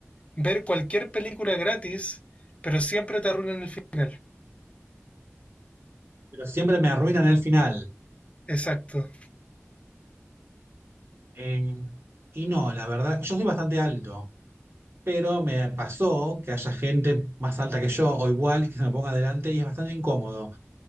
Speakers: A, on the left; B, on the right.
A: ver cualquier película gratis, pero siempre te arruinan el final?
B: Pero siempre me arruinan el final.
A: Exacto,
B: Eh, y no, la verdad, yo soy bastante alto, pero me pasó que haya gente más alta que yo o igual y que se me ponga adelante y es bastante incómodo.